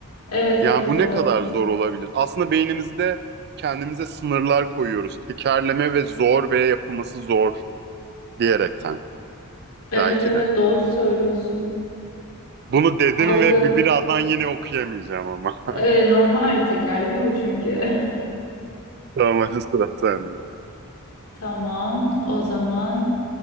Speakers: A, on the left; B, on the right.
A: Evet
B: Yani
A: evet
B: bu ne
A: doğru.
B: kadar zor olabilir? Aslında beynimizde kendimize sınırlar koyuyoruz. Tekerleme ve zor veya yapılması zor diyerekten
A: Evet
B: belki
A: evet
B: de.
A: doğru söylüyorsun.
B: Bunu dedim
A: Algı.
B: ve bir, birazdan yine okuyamayacağım ama.
A: Ee, normal tekerleme bu çünkü. <laughs>
B: <laughs> Tamam hadi sıra sende.
A: Tamam, o zaman.